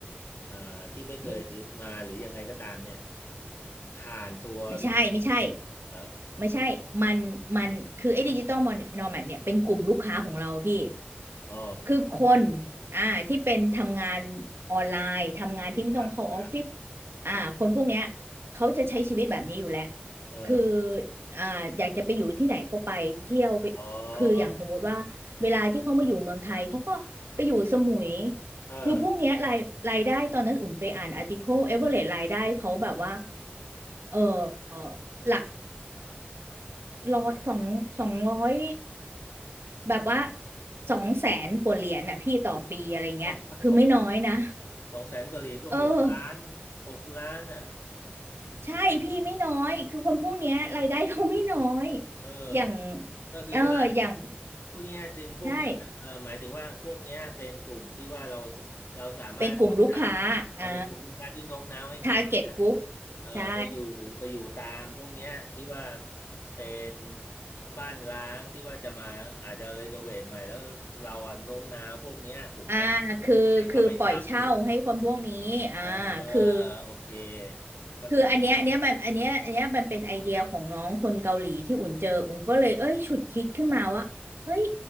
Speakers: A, on the left; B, on the right.
A: เอ่อที่ไม่เคยมาหรือยังไงก็ตามเนี่ย
B: ไม่
A: ผ่านตัวมีดี
B: ไม่ใช่ไม่ใช่
A: เหรอ
B: ไม่ใช่ มันมันคือไอ้ดิจิตอลนอแมดเนี่ยเป็นกลุ่มลูกค้าของเราพี่
A: อ๋อ
B: คือคนอ่าที่เป็นทำงานออนไลน์ทำงานที่ไม่ต้องเข้าออฟฟิศ
A: ครับครับ
B: อ่าคนพวกเนี้ย
A: ครับ
B: เขาจะใช้ชีวิตแบบนี้อยู่แล้ว
A: เออ
B: คืออ่าอยากจะไปอยู่ที่ไหนก็ไปเที่ยวไป
A: อ๋อ
B: คืออย่างสมมุติว่า เวลาที่เขามาอยู่เมืองไทย เขาก็ไปอยู่สมุย
A: เออ
B: คือพวกเนี้ยรายรายได้ตอนนั้นอุ่นไปอ่านอาร์ติเคิลเอเวอเรสรายได้เขาแบบว่า เออเอ่อหลัก ร้อยสองสองร้อยแบบว่าสองแสนกว่าเหรียญอ่ะพี่ต่อปีอะไรเงี้ยคือไม่น้อยนะ
A: <laughs> ว้าวสองแสนกว่าเหรียญก็หกล้าน
B: เออ
A: หกล้านอ่ะ
B: ใช่พี่ไม่น้อยคือคนพวกเนี้ยรายได้เขาไม่น้อย
A: เออ
B: อย่าง
A: ก็คือว่า
B: เอออย่าง
A: พูดง่ายๆดึงพวกนี้นะเอ่อหมายถึงว่าพวกเนี้ยเป็นกลุ่มที่ว่าเรา
B: ใช่
A: เราสามารถโน้มน้าวเออเป็นกลุ่มลูกค้าที่โน้มน้าวให้เขาเนี่ย
B: เป็นกลุ่มลูกค้าอ่า target group
A: เอ่อไปอยู่ไปอยู่ตามพวกเนี้ยที่ว่า
B: ใช่
A: เป็นบ้านร้างที่ว่าจะมาอาจจะรีโนเวทใหม่แล้วเราอะโน้มน้าวพวกเนี้ยกลุ่มเนี้ย
B: อ่าคือคือปล่อยเช่าให้คนพวกนี้อ่าคือ
A: ให้เขาไปเช่าอยู่เออโอเคเข้าใจ
B: คืออันเนี้ยอันเนี้ยมันอันเนี้ยอันเนี้ยมันเป็นไอเดียของน้องคนเกาหลีที่อุ่นเจออุ่นก็เลยเอ้ยฉุดคิดขึ้นมาว่าเฮ้ย